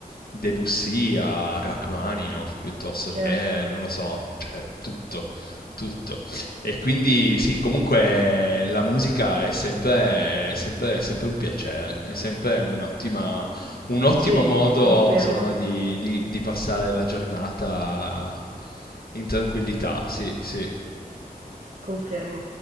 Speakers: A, on the left (about 75°); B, on the right (about 60°).
A: Debussy a Rachmaninoff, piuttosto che,
B: Certo,
A: non lo so, cioè tutto, tutto. E quindi sì, comunque la musica è sempre, è sempre, è sempre un piacere, è sempre un'ottima, un ottimo
B: sì,
A: modo,
B: confermo,
A: insomma, di, di di passare la giornata in tranquillità, sì, sì.
B: confermo.